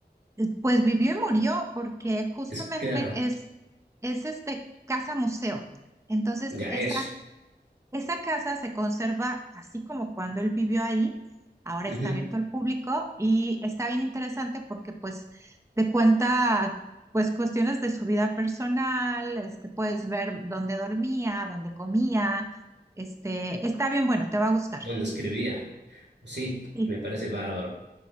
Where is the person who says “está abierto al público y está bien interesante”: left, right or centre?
Right